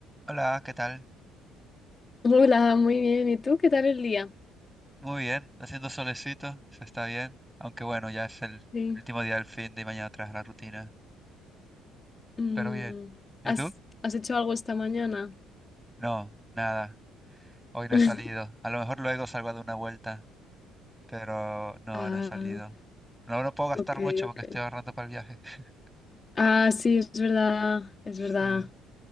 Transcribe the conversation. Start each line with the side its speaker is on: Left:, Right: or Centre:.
Centre: Hola, ¿qué tal?
Left: Hola, muy bien. ¿Y tú qué tal el día?
Centre: Muy bien, está haciendo solecito, se está bien. Aunque bueno, ya es el,
Left: Sí.
Centre: el último día del fin de y mañana tras la rutina.
Left: Mm,
Centre: Pero bien. ¿Y
Left: ¿has,
Centre: tú?
Left: has hecho algo esta mañana?
Centre: No, nada. Hoy no
Left: <laughs>
Centre: he salido. A lo mejor luego salgo a dar una vuelta, pero no,
Left: Ah,
Centre: no he salido. No, no puedo gastar
Left: ok,
Centre: mucho porque
Left: ok.
Centre: estoy ahorrando para el viaje. <laughs>
Left: Ah, sí, es verdad, es
Centre: Sí.
Left: verdad.